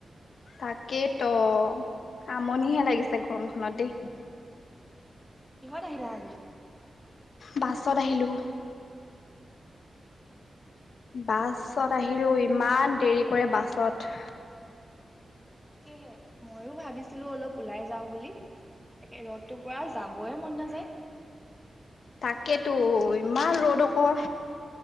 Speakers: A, on the left (about 80°); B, in the centre.
A: তাকে তো আমনিহে লাগিছে গৰমখনত দেই।
B: পিছে কিহত আহিলা আজি?
A: বাছত আহিলোঁ।
B: আচ্ছা।
A: বাছত আহিলো ইমান দেৰি কৰে বাছত।
B: তাকেহে ময়ো ভাবিছিলো অলপ ওলাই যাওঁ বুলি। তাকে ৰ'দটোৰ পৰা যাবই মন নাযায়,
A: তাকেতো ইমান ৰ'দ আকৌ।